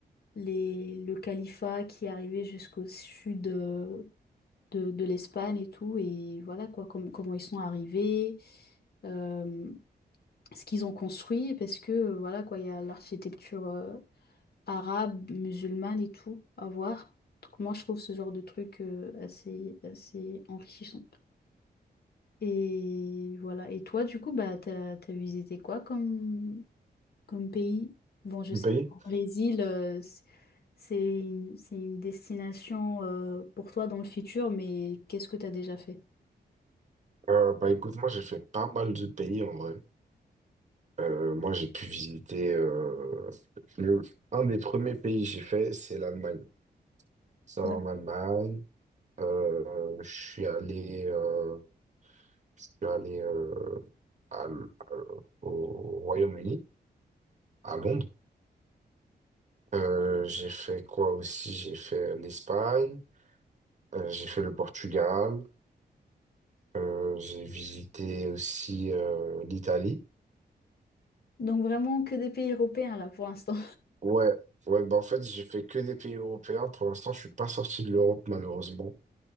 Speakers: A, on the left; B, on the right.
A: les, le califat qui arrivait jusqu'au sud euh, de, de l'Espagne et tout, et voilà quoi, com- comment ils sont arrivés. euh, ce qu'ils ont construit parce que euh, voilà quoi il y a l'architecture euh, arabe, musulmane et tout à voir. Donc moi, je trouve ce genre de truc euh, assez, assez enrichissant. Et voilà. Et toi, du coup, bah, t'as, t'as visité quoi comme, comme pays? Bon, je
B: le
A: sais
B: pays?
A: qu'en Brésil, euh, c- c'est une, c'est une destination euh, pour toi dans le futur, mais qu'est-ce que t'as déjà fait?
B: Euh, bah écoute, moi j'ai fait pas mal de pays en vrai. Euh, moi j'ai pu visiter euh, le, un des premiers pays que j'ai fait, c'est l'Allemagne. Ça
A: D'accord.
B: en Allemagne, euh, je suis allé. euh, Je suis allé euh, à l- à- au Royaume-Uni, à Londres. Euh, j'ai fait quoi aussi? J'ai fait l'Espagne, euh, j'ai fait le Portugal, euh, j'ai visité aussi euh, l'Italie.
A: Donc vraiment que des pays européens là pour l'instant.
B: Ouais, ouais, bah en fait, j'ai fait que des pays européens. Pour l'instant, je suis pas sorti de l'Europe, malheureusement.